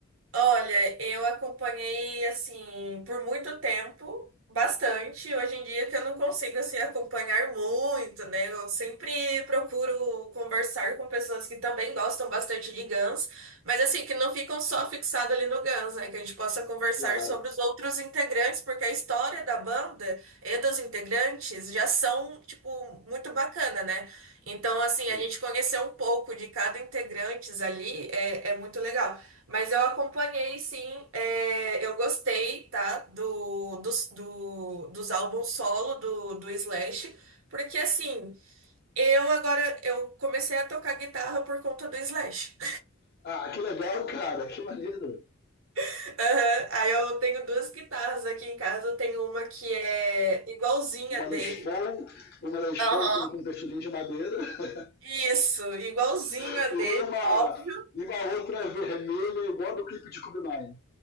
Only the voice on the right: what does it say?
Olha, eu acompanhei assim por muito tempo, bastante. Hoje em dia que eu não consigo assim acompanhar muito, né? Eu sempre procuro conversar com pessoas que também gostam bastante de Guns, mas assim que não ficam só fixadas ali no Guns, né? Que a gente possa conversar
sobre os outros integrantes, porque a história da banda e dos integrantes já são tipo muito bacana, né? Então assim
a gente conhecer um pouco de cada integrante ali é, é muito legal. Mas eu acompanhei, sim, é, eu gostei, tá, do, dos, do- dos álbuns solo do, do Slash, porque assim, eu agora, eu comecei a tocar guitarra por conta do Slash.
<laughs> Aham, Aí eu tenho duas guitarras aqui em casa, eu tenho uma que é igualzinha
dele.
Aham.
Isso, igualzinha
dele,
óbvio.